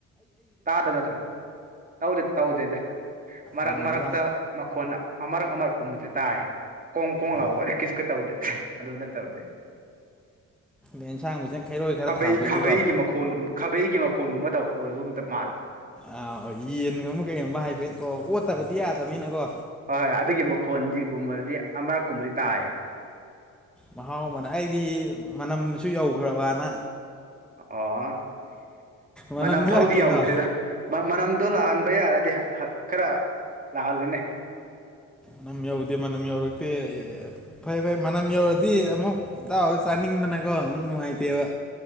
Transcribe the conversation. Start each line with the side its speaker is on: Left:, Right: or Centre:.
Right: ꯇꯥꯗꯕ ꯅꯠꯇ꯭ꯔꯥ ꯇꯧꯗꯦ ꯇꯧꯗꯦꯗ ꯃꯔꯛ
Centre: ꯑ
Right: ꯃꯔꯛꯇꯥ
Centre: ꯏꯕꯥꯟ
Right: ꯃꯈꯣꯟꯅ ꯑꯃꯔꯛ ꯑꯃꯔꯛ ꯀꯨꯝꯕꯗꯤ ꯇꯥꯏ ꯀꯣꯡ ꯀꯣꯡ
Centre: ꯑ
Right: ꯂꯥꯎꯕ ꯀꯩꯁꯨꯀꯩ ꯇꯧꯗꯦ ꯑꯗꯨ ꯅꯠꯇꯕꯗꯤ
Centre: ꯑꯦꯟꯁꯥꯡ ꯃꯆꯪ ꯈꯩꯔꯣꯏ ꯈꯔ
Right: ꯈꯥꯕꯩ
Centre: ꯊꯥꯕꯒꯤꯀꯣ
Right: ꯈꯥꯕꯩꯒꯤ ꯃꯈꯣꯟ ꯈꯥꯕꯩꯒꯤ ꯃꯈꯣꯟꯒꯨꯝꯕ ꯇꯧ ꯑꯣꯏꯕ ꯃꯇꯥ ꯃꯥꯜꯂꯦ
Centre: ꯑꯥ ꯌꯦꯟꯒꯨꯝꯕ ꯀꯩꯒꯨꯝꯕ ꯍꯥꯏꯐꯦꯠꯀꯣ ꯑꯣꯠꯇꯥꯕꯗꯤ ꯌꯥꯗꯕꯅꯤꯅꯀꯣ
Right: ꯍꯣꯏ ꯍꯣꯏ ꯑꯗꯨꯒꯤ ꯃꯈꯣꯟꯗꯤꯒꯨꯝꯕꯗꯤ ꯑꯃꯔꯛꯀꯨꯝꯕꯗꯤ ꯇꯥꯏꯌꯦ
Centre: ꯃꯍꯥꯎ ꯑꯃꯅ ꯑꯩꯗꯤ ꯃꯅꯝꯁꯨ ꯌꯧꯒ꯭ꯔꯥꯕꯅ
Right: ꯑꯣ
Centre: ꯃꯅꯝꯗꯤ
Right: ꯃꯅꯝ ꯐꯥꯎꯗꯤ
Centre: ꯂꯥꯛꯇꯦꯀꯣ
Right: ꯌꯥꯎꯗ꯭ꯔꯦꯗ ꯃꯅꯥ ꯃꯅꯝꯗꯣ ꯂꯥꯛꯍꯟꯕ ꯌꯥꯔꯗꯤ ꯈꯔ ꯂꯥꯛꯍꯜꯂꯨꯅꯦ
Centre: ꯃꯅꯝ ꯌꯥꯎꯗꯦ ꯃꯅꯝ ꯌꯧꯔꯛꯇꯦ ꯐꯩ ꯐꯩ ꯃꯅꯝ ꯌꯧꯔꯗꯤ ꯑꯃꯨꯛ ꯏꯇꯥꯎ ꯆꯥꯅꯤꯡꯗꯅꯀꯣ ꯑꯃꯨꯛ ꯅꯨꯡꯉꯥꯏꯇꯦꯕ